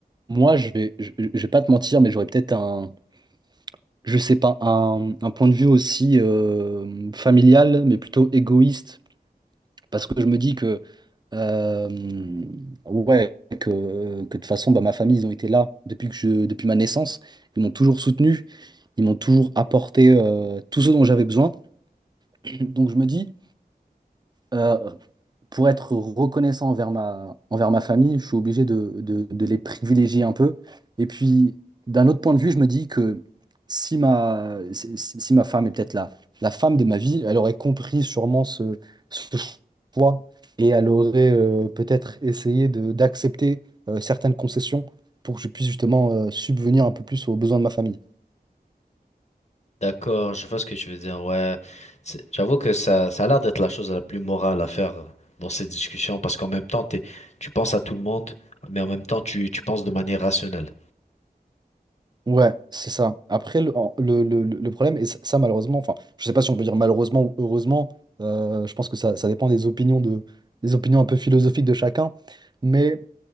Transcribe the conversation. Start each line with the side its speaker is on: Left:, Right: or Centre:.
Right: moi, je vais, je, je vais pas te mentir, mais j'aurais peut-être un, je sais pas, un, un point de vue aussi euh, familial, mais plutôt égoïste, parce que je me dis que, euh, ouais, que, que de toute façon, bah, ma famille, ils ont été là depuis que je, depuis ma naissance. Ils m'ont toujours soutenu, ils m'ont toujours apporté euh, tout ce dont j'avais besoin. <clears throat> Donc je me dis. euh, pour être reconnaissant envers ma, envers ma famille, je suis obligé de, de- de les privilégier un peu. Et puis, d'un autre point de vue, je me dis que si ma, si, si si ma femme est peut-être la, la femme de ma vie, elle aurait compris sûrement ce, ce choix et elle aurait euh, peut-être essayé de- d'accepter euh, certaines concessions pour que je puisse justement euh, subvenir un peu plus aux besoins de ma famille.
Left: D'accord, je vois ce que tu veux dire. Ouais, C'est- j'avoue que ça, ça a l'air d'être la chose la plus morale à faire euh, dans cette discussion parce qu'en même temps, t'es, tu penses à tout le monde, mais en même temps, tu, tu penses de manière rationnelle.
Right: Ouais, c'est ça. Après, le, en- le, le- le le problème, et ça, ça, malheureusement, enfin, je sais pas si on peut dire malheureusement ou heureusement, euh, je pense que ça, ça dépend des opinions de, des opinions un peu philosophiques de chacun, mais